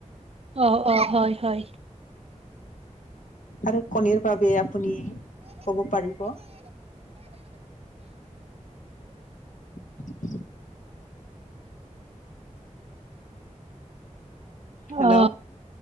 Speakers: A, on the right; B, on the left.
A: অ', অ', হয় হয়।
B: আৰু কণীৰ বাবে আপুনি ক'ব পাৰিব। <unintelligible> হেল্ল,
A: অ